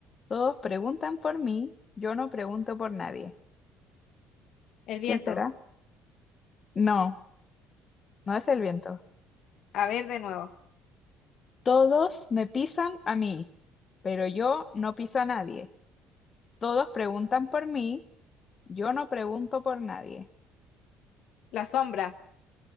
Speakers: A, on the left (about 35°); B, on the left (about 65°).
A: Todos preguntan por mí, yo no pregunto por nadie.
B: el viento.
A: ¿Quién será? No, no es el viento.
B: A ver de nuevo.
A: Todos me pisan a mí, pero yo no piso a nadie. Todos preguntan por mí, yo no pregunto por nadie.
B: La sombra.